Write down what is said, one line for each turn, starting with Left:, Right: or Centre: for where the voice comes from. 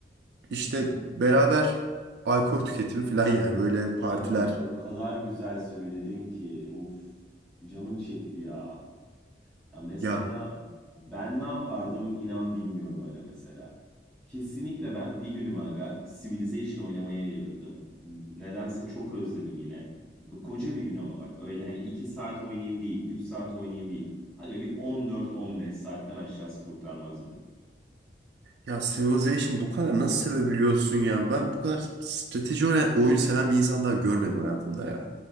Right: İşte beraber alkol tüketimi falan yani böyle partiler
Centre: aga o kadar güzel söyledin ki. Of canım çekti ya. Ya mesela
Right: ya
Centre: ben ne yapardım inan bilmiyorum aga mesela. Kesinlikle ben bir günüm aga Civilization oynamaya ayırırdım. Nedense çok özledim yine. Bu koca bir gün ama bak öyle hani 2 saat oynayayım değil, 3 saat oynayayım değil. Aga bir 14-15 saatten aşağısı kurtarmaz beni.
Right: ya Civilization bu kadar nasıl sevebiliyorsun ya? Ben bu kadar strateji oyna- oyunu seven bir insan daha görmedim hayatımda ya.